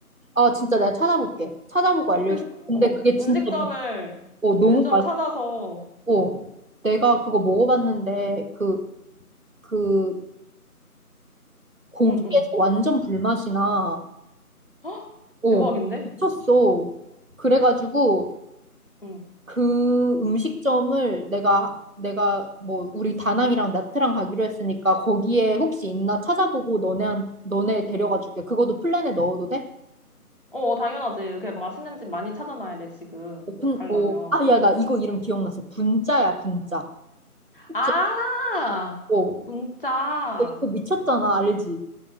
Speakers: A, on the right (about 60°); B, on the left (about 35°).
A: 아 진짜 내가 찾아볼게. 찾아보고 알려줄게.
B: 그, 어,
A: 근데 그게 진짜
B: 음식점을,
A: 어, 너무
B: 음식점을 찾아서,
A: 맛있고 내가 그거 먹어봤는데 그 그 고기에서
B: 응, 응.
A: 완전 불맛이 나.
B: 헉,
A: 어
B: 대박인데?
A: 미쳤어. 그래가지고
B: 응.
A: 그 음식점을 내가 내가 뭐 우리 다낭이랑 나트랑 가기로 했으니까 거기에 혹시 있나 찾아보고 너네 너네 데려가 줄게. 그것도 플랜에 넣어도 돼?
B: 어, 당연하지. 이렇게 맛있는 집 많이 찾아놔야 돼, 지금.
A: 오픈
B: 가려면.
A: 오. 아, 야, 나 이거 이름 기억났어. 분짜야, 분짜. 혹시
B: 아!
A: 오.
B: 분짜.
A: 이거 미쳤잖아, 알지?